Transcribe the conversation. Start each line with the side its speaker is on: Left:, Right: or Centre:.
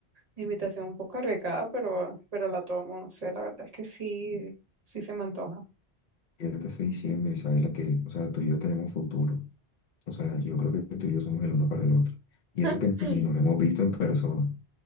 Right: invitación un poco arriesgada, pero, pero la tomo, no sé, la verdad es que sí, sí se me antoja.
Left: Yo te estoy diciendo, Isabela, que, o sea, tú y yo tenemos futuro. O sea, yo creo que tú y yo somos el uno para el otro. Y eso
Right: <laughs>
Left: que ni nos hemos visto en persona,